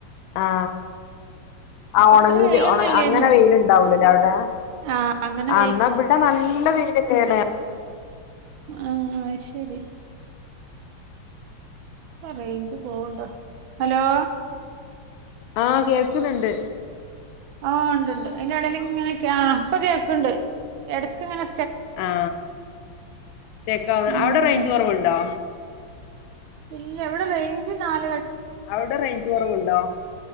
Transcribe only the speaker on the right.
അപ്പൊ
അത്ര വെയിലൊന്നും ഇല്ലേന്നു
ആഹ് അങ്ങനെ
ആ അ ശരി റേഞ്ച് പോവണ്ടോ ഹലോ
ആ ഉണ്ട് എന്റെടും ആ അപ്പൊ കേക്കണ്ട് എടക്കക്ക്ങ്ങനെ
ഉം
ഇല്ല എവിടെ റേഞ്ച് നാല